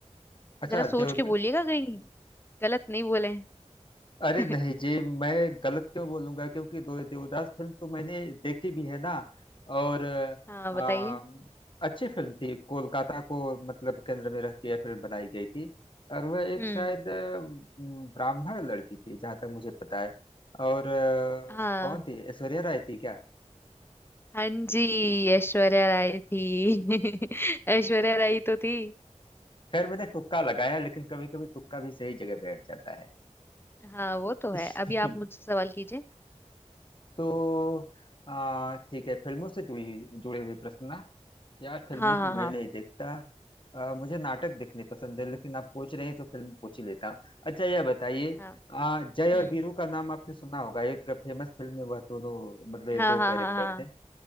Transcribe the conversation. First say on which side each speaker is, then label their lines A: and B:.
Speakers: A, on the left; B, on the left.
A: अच्छा
B: जरा सोच
A: देव
B: के बोलिएगा कहीं गलत नहीं बोले
A: अरे
B: <laughs>
A: नहीं जी मैं गलत क्यों बोलूंगा क्योंकि दो देवदास फिल्म तो मैंने देखी भी है ना और
B: हाँ
A: आ,
B: बताइए
A: अच्छी फिल्म थी कोलकाता को मतलब केंद्र में रख के यह फिल्म बनाई गई थी और वह एक
B: हम्म
A: शायद अ, ब्राह्मण लड़की थी जहाँ तक मुझे पता है और अ,
B: हाँ
A: कौन थी ऐश्वर्या राय थी क्या
B: हाँ जी ऐश्वर्या राय थी <laughs> ऐश्वर्या राय तो थी
A: खैर मैंने तुक्का लगाया लेकिन कभी कभी तुक्का भी सही जगह बैठ जाता है
B: हाँ वो तो
A: <laughs>
B: है अभी आप मुझसे सवाल कीजिए
A: तो आ, ठीक है फिल्मों से जुड़ी हुई- जुड़े हुए प्रश्न ना यार फिल्में
B: हाँ हाँ
A: तो मैं
B: हाँ
A: नहीं देखता अ, मुझे नाटक देखने पसंद है लेकिन आप पूछ रहे हैं तो फिल्म पूछ ही लेता हूँ अच्छा यह बताइए
B: हाँ
A: अ, जय
B: हम्म
A: और वीरू का नाम आपने सुना होगा एक फेमस फिल्म में वह दोनों मतलब ये
B: हाँ
A: दो
B: हाँ
A: कैरेक्टर
B: हाँ हाँ
A: थे